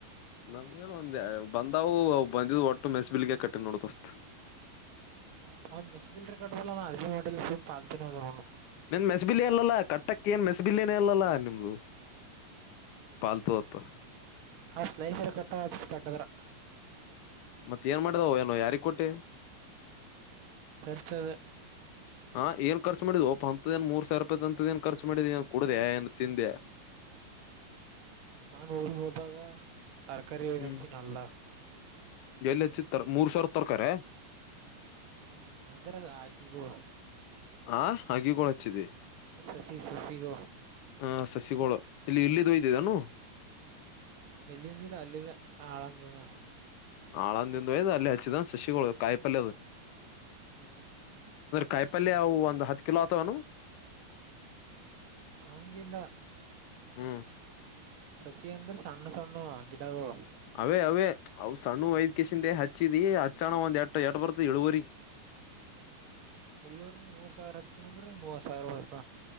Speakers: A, on the left; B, on the right.
A: ನಮ್ಗೇನು ಒಂದ ಬಂದವು ಬಂದಿದ ಒಟ್ಟು ಮೆಸ್ಬಿಲ್ಿಗೆ ಕಟ್ಟಿ ನೋಡತಸ್ತ್
B: ಹ್ೌದು ಮೆಸ್ಸ ಬಿಲ್ ಕಡ್ದಲ್ಲ ನ ಅದಿಕ ಮಾಡ ಪಾಲತನೆ ಅವ್ನು
A: ನಿನ್ ಮೆಸ್ಬಿಲಿ ಅಲ್ಲಲ್ಲಾ ಕಟ್ಟಕ್ಕ ಏನ್ ಮೆಸ್ಬಿಲ್ನ ಇಲ್ಲ ಅಲ್ಲ ನಿಮ್ದು ಪಾಲತು ಅಂತ
B: ಆ ಸ್ಲೈಸರು ಕಟ್ಟ ಹ ಕಟ್ಟದ್ರ
A: ಮತ್ತತ್ ಏನ್ ಮಾಡ್ದಾವ ಏನೋ ಯಾರ ಕೊಟ್ಟಿ
B: ಪರಿತದೆ
A: ಹಾ ಏನ್ ಖರ್ಚ ಮಾಡ್ ಒಪ ಅಂತದ ಏ ಮೂರು ರೂಪಾಯಿ ಅಂತದ ಏ ಖರ್ು ಮಾಡಿದ ಕುಡ್ಡ್ಯ ಏನ್ ತಿಿಂದೆ
B: ಮಾನ್ ಊರಿ ಹೋದಾಗ ತರಕಾರಿಚ್ಚಿ
A: ಹ್ಮ್
B: ನಲ್ದ
A: ಎಲ್ಲಿ ಹೆಚ್ಚಿತ ಮೂರ್ ಸಾವಿರ ತರಕಾರಿ
B: ಹೂ ಅಂದರ ಆಗಿಗೋ
A: ಹ ಹಾಗಿ ಕಳಚ್ಚಿದಿ
B: ಸಸಿ ಸಸಿಗಳು
A: ಹ ಸಸಿಗೋಳು ಇಲ್ಲಿ ಇಲ್ಲಿದುೋಯ್ದಿದ್ದಾನು
B: ಎಲ್ಲಿಂದ ಅಲ್ಲಿದ ಆಳಂದಂದನು
A: ಆಾಳಂದಂದು ಹಯ್ದ ಅಲ್ಲಿ ಹಚ್ಚಿದ ಶಶಿಗಳು ಕಾಯಿಪಲ್ಯದ
B: ಹೂ
A: ಕಾಯಿಪಲ್ಯ ಅವು ಒಂದು ಹತ್ತು ಕಿಲೋ ಆತೆವೇನು
B: ಅಂಗಿಲ್ಲ
A: ಹೂ
B: ಶಶಿ ಅಂದ್ರ ಸಣ್ಣ ಸಣ್ಣು ಗಿಡಗಳು
A: ಅವೇ ಅವೇ ಅವ್ ಸಣ್ಣ ವೈದ್ಯಸಿಂದೇ ಹಚ್ಚಿದಿ ಹಚ್ಚಣ ಒಂದ್ ಎಟ್ಟ ಎಟ ಬರ್ತ ಇಳುವರಿ
B: ಎಳ್ಳೂರು ಒಂದು ಮೂರು ಸಾವಿರ ಹಚ್ಚನ ಅಂದ್ರೆ ಒ ಮೂವತ್ತು ಸಾವಿರ ಬರ್ತ